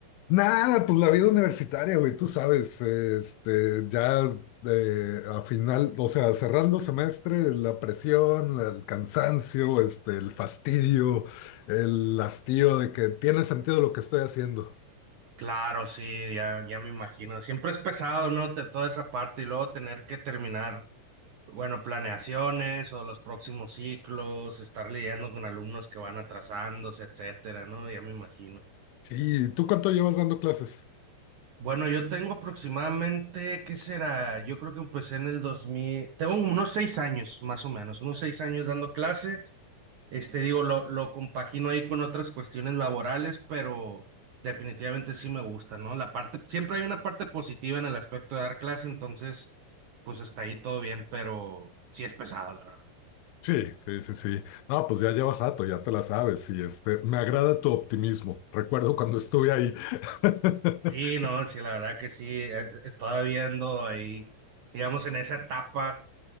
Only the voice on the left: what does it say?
Nada, pues la vida universitaria, güey, tú sabes, este, ya eh, a final, o sea, cerrando semestre, la presión, el cansancio, este, el fastidio, el hastío de que tiene sentido lo que estoy haciendo.
¿Y tú cuánto llevas dando clases?
Sí, sí, sí, sí. No, pues ya llevas rato, ya te la sabes. Y este, me agrada tu optimismo. Recuerdo cuando estuve ahí. <laughs>